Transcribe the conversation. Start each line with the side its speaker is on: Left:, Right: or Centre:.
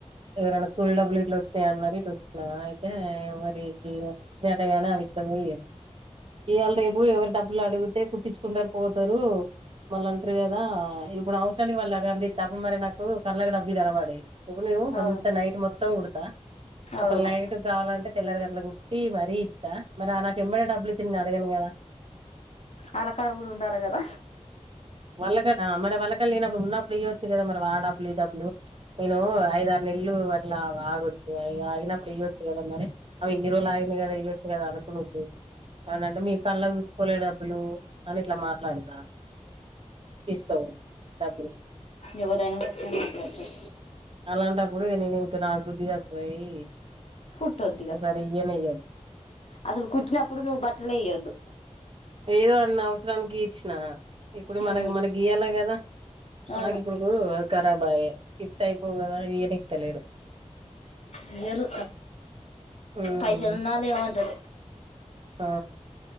Right: ఏవన్నా కూలీ డబ్బులు గిట్లా వస్తే ఈ అంగడికి వచ్చినాక మరి <unintelligible> అయితే పో ఇవాళ రేపు ఎవరు డబ్బులు అడిగితే కుట్టించుకుంటారు పోతారు మళ్ళా అంటారు కదా ఇప్పుడు అవసరానికి వాళ్ళు అదే అండి పాపం మరి నాకు కళ్ళకు డబ్బులు కనపడ్డాయి ఇప్పుడు కొంత
Left: అవును
Right: అంత నైట్ మొత్తం కుడతా
Left: అవును
Right: ఒక నైట్ కావాలంటే తెల్లరి గట్లా కుట్టి మరీ ఇత్తా మరి ఆ నాకు ఎమ్మడే డబ్బులు ఇత్తే నిను అడగను కదా
Left: అల్ల కూడా ఉండాల కదా
Right: వాళ్ళకడ మరి వాళ్ళకళ్ళ లేనప్పుడు ఉన్నప్పుడు ఇయ్వొచ్చు కదా మరి ఆ డబ్లు ఈడబ్లు నిను ఒక ఆరు నెలలు అట్లా ఆగొచ్చు కదా ఆగినప్పుడు ఇవ్వచ్చు కదా మరి అవ్ ఇన్ని రోజులు ఆగింది కదా ఇవ్వొచ్చు కదా అనుకునింది ఏమంటంటే మీరు కళ్ళకు చూసుకోలే డబ్బులు అని ఇట్లా మాట్లాడుతారు ఇస్తావు ఎబ్బుడు
Left: ఎవరైనా గట్లే మాట్లాడతారు
Right: అలాంటప్పుడు నేను ఇంకా నాకు బుద్ధి వస్తున్నాయి
Left: కుట్టొద్దిగా
Right: ఒకసారి ఇవ్యనే ఇవ్వను
Left: అసలు కుట్టినప్పుడు నువ్వు బట్టలే ఇయ్యద్దు
Right: ఏదో అన్న అవసరానికి ఇచ్చిన ఇప్పుడు
Left: ఉమ్
Right: మనకి మన గీయాలా కదా
Left: అవును
Right: నాకు ఇప్పుడు అది కారబ్ అయే ఇత్త అయిపో కదా ఈయనే ఇత్తలేరు
Left: ఇయ్యాను
Right: హ్మ్.
Left: పైసలు ఉన్నావాల్లు ఏమంటారొ
Right: ఆ